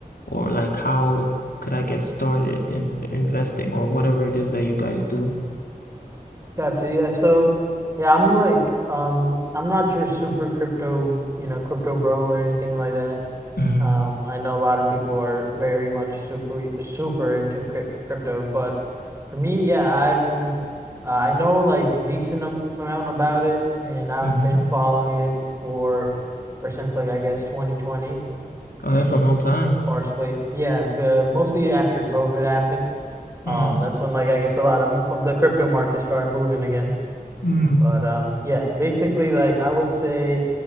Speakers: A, on the left (about 80°); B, on the right (about 20°).
A: or like how could I get started in investing or whatever it is that you guys do?
B: Gotcha. Yeah, so yeah, I'm like um I'm not your super crypto, you know, crypto bro or anything like that.
A: hmm
B: Um I know a lot of people are very much super super into cryp crypto, but for me, yeah, I'm uh, I know like decent am- amount about it and I've
A: hmm
B: been following it for or since like I guess 2020
A: Oh,
B: and
A: that's a long time.
B: sparsely. Yeah, but mostly after COVID happened. Um,
A: Mm.
B: that's when like I guess a lot of, of the crypto market started moving again.
A: Mm.
B: But um, yeah, basically like I would say,